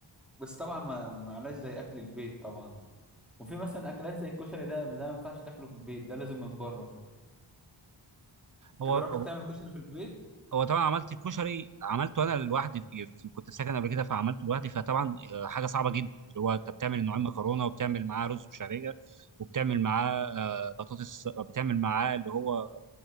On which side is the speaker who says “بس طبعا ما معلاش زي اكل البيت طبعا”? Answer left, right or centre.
Centre